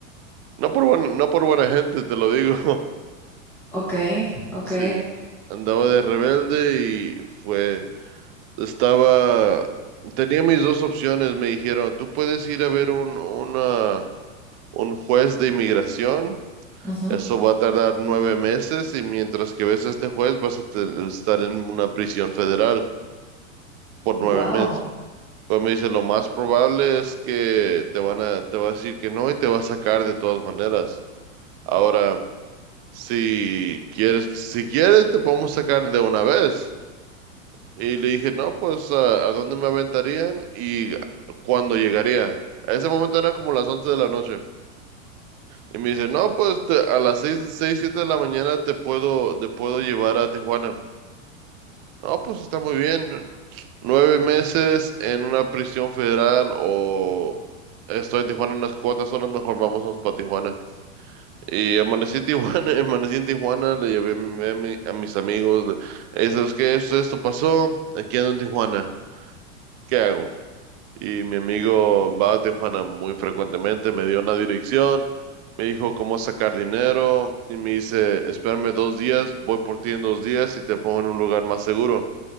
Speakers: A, on the right; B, in the centre.
A: no por buena, no por buena gente, te lo digo. <laughs>
B: Ok, ok,
A: Sí, andaba de rebelde y fue, estaba, tenía mis dos opciones, me dijeron, tú puedes ir a ver un, una, un juez de inmigración
B: ujú,
A: Eso va a tardar nueve meses y mientras que ves a este juez vas a te- estar en una prisión federal por nueve
B: Wow,
A: meses. Pues me dice, lo más probable es que te van a, te va a decir que no y te va a sacar de todas maneras. Ahora, si quieres, que- si quieres, te podemos sacar de una vez. Y le dije, no, pues, ¿a, a dónde me aventarían y cuándo llegaría? A ese momento eran como las once de la noche. Y me dice, no, pues te- a las seis, seis, siete de la mañana te puedo, te puedo llevar a Tijuana. No, pues está muy bien. Nueve meses en una prisión federal o estoy en Tijuana unas cuantas horas, mejor vámonos para Tijuana. Y amanecí en Tijuana, <laughs> amanecí en Tijuana, le llevé a, mi- a mi- a mis amigos. le- "Hey, ¿Sabes qué? Esto, esto pasó, aquí ando en Tijuana. ¿Qué hago? y mi amigo va a Tijuana muy frecuentemente, me dio una dirección, me dijo cómo sacar dinero y me dice, espérame dos días, voy por ti en dos días y te pongo en un lugar más seguro,